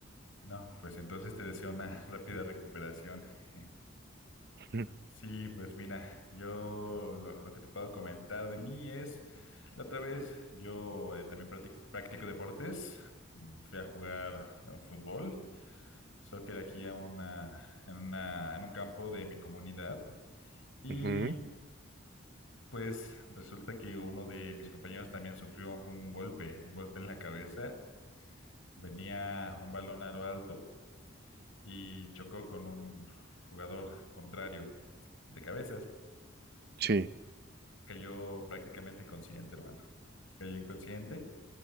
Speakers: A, on the left; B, on the right.
A: No, pues entonces te deseo una <laughs> rápida recuperación. <laughs>
B: Ujú,
A: Sí, pues mira, yo lo, lo que te puedo comentar de mí es, la otra vez yo eh, también practic- practico deportes, Mm, fui a jugar eh, fútbol, soccer aquí a una, en una, en un campo de mi comunidad y
B: Ujú,
A: pues resulta que uno de mis compañeros también sufrió un golpe, un golpe en la cabeza, venía un balón a lo alto y chocó con un jugador contrario de cabezas.
B: Sí,
A: cayó prácticamente inconsciente, hermano. Cayó inconsciente.